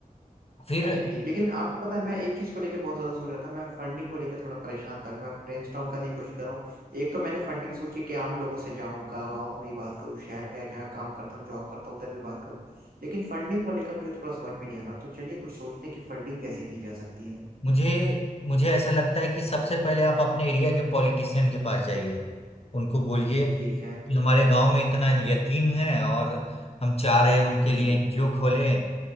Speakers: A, on the left; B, on the right.
A: फिर
B: अच्छा ठीक लेकिन आपको पता है मैं एक चीज को लेकर बहुत ज्यादा सोच रहा था मैं फंडिंग को लेकर थोड़ा परेशान था मैं ब्रेनस्टॉर्म करने की कोशिश कर रहा हूँ एक तो मैंने फंडिंग सोची कि आम लोगों से जाऊँ गाँव में ही बात करूँ शहर में जहाँ काम करता हूँ जॉब करता हूँ उधर भी बात करूँ लेकिन फंडिंग को लेकर मुझे थोड़ा समझ में नहीं आ रहा तो चलिए कुछ सोचते हैं कि फंडिंग कैसे की जा सकती है
A: मुझे मुझे ऐसा लगता है कि सबसे पहले आप अपने एरिया के पॉलिटिशियन के पास जाइए उनको बोलिए
B: ठीक है
A: कि हमारे गांव में इतना यतीम है और हम चाह रहे हैं उनके
B: जी
A: लिए
B: जी
A: एनजीओ खोलें